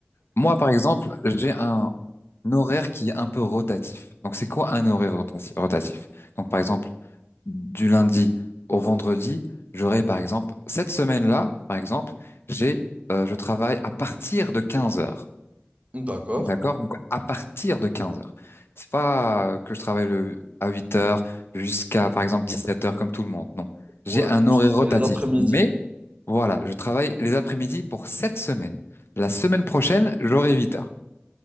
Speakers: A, on the left; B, on the right.
A: Moi par exemple, j'ai un horaire qui est un peu rotatif. Donc c'est quoi un horaire rotati- rotatif? Donc par exemple du lundi au vendredi, j'aurai par exemple, cette semaine-là, par exemple, j'ai, euh, je travaille à partir de 15 heures.
B: D'accord.
A: D'accord? Donc, à partir de 15 heures. C'est pas euh, que je travaille le, à 8 heures jusqu'à, par exemple, 17 heures comme tout le monde. Non.
B: Ouais,
A: J'ai un
B: du coup, tu
A: horaire
B: travailles
A: rotatif.
B: les après-midi.
A: Mais voilà, je travaille les après-midi pour cette semaine. La semaine prochaine, j'aurai 8 heures.